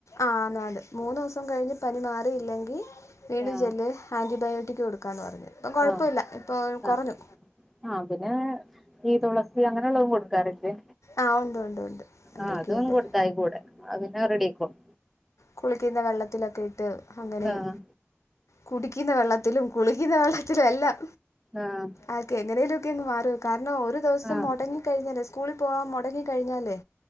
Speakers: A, on the left; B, in the centre.
A: ആഹ് ആന്ന്‌ ആന്ന് മൂന്നുസം കഴിഞ്ഞ് പനി മാറിയില്ലെങ്കി വീണ്ടും
B: ആഹ്
A: ചെല്ല് ആൻറ്റിബയോട്ടിക്ക് കൊടുക്കാം. ക്കാന്ന് പറഞ് ഇപ്പം കുഴപ്പല്ല
B: ആഹ്
A: ഇപ്പോൾ
B: ആഹ്
A: കൊറഞ്ഞു
B: ആഹ് പിന്നെഹ് ഈ തുളസി അങ്ങനെയുള്ളതും കൊടുക്കാറില്ലേ?
A: ആ ഉണ്ട് ഉണ്ട് ഉണ്ട് എന്തൊക്കെയുണ്ട്
B: ആഹ് അത് അങ്ങ് കൊടുത്തതി കൂടെ അത് പിന്നെ റെഡി ആയിക്കോളും
A: കുളിക്ക്ന്ന വെള്ളത്തിലൊക്കെ ഇട്ട് അങ്ങനേം
B: ആഹ്
A: കുടിക്ക്ന്ന വെള്ളത്തിലും കുളിക്കുന്ന വെള്ളത്തിലും എല്ലാം
B: ആഹ്
A: ആക്കെ എങ്ങനേലു ഒക്കയങ് മാറും കാരണം ഒരു ദിവസം
B: ആഹ്
A: മൊടങ്ങി കഴിഞ്ഞലെ സ് സ്കൂളി പോവാ മൊടങ്ങി കഴിഞ്ഞാലേ